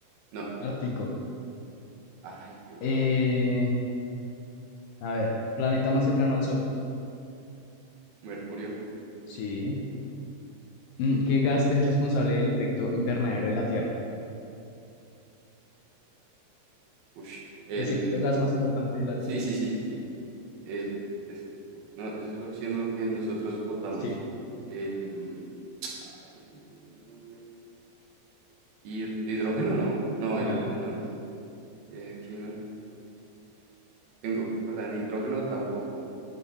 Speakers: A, on the right; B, on the left.
A: No,
B: Ártico.
A: ay, qué hueva.
B: Eh,
A: sí.
B: a ver. Planeta más cercano al Sol.
A: Mercurio.
B: Sí. Mm, ¿Qué gas es responsable del efecto invernadero de la Tierra?
A: Ush. El,
B: El segundo gas más importante de la
A: sí,
B: Tierra.
A: sí, sí, sí, sí. El, es, no, es el oxígeno lo que nosotros votamos.
B: Sí.
A: El, ay, se me olvidó el nombre. Hid- hidrógeno no. No,
B: No.
A: hidrógeno no es. Eh, oxígeno. Tengo que acordar. Nitrógeno tampoco.